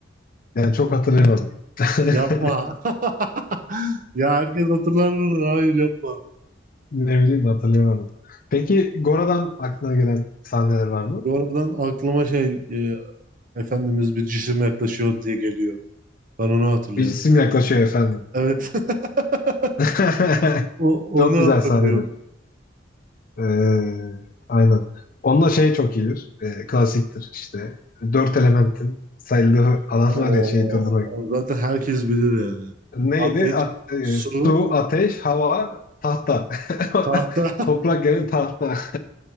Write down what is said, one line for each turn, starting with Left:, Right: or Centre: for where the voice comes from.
Left: Yani çok hatırlayamadım. <laughs>
Right: Yapma. <laughs> Ya herkes hatırlar bunu. Hayır yapma.
Left: Ne bileyim hatırlayamadım. Peki Gora'dan aklına gelen sahneler var mı?
Right: Bu aradan aklıma şey e, Efendimiz bir cisim yaklaşıyor diye geliyor. Ben onu hatırlıyorum.
Left: Bir isim yaklaşıyor efendim.
Right: Evet. <laughs>
Left: <laughs>
Right: O,
Left: Çok
Right: onu hatırlıyorum.
Left: güzel sahnedir. Ee, aynen. Onunla şey çok iyidir. Ee, klasiktir işte. Dört elementin sayıldığı alan
Right: Oo,
Left: var ya şeyi durdurmak.
Right: o zaten herkes bilir yani.
Left: Neydi?
Right: Ateş,
Left: At- e,
Right: su,
Left: su, ateş, hava, tahta. <laughs>
Right: tahta.
Left: Toprak yani tahta.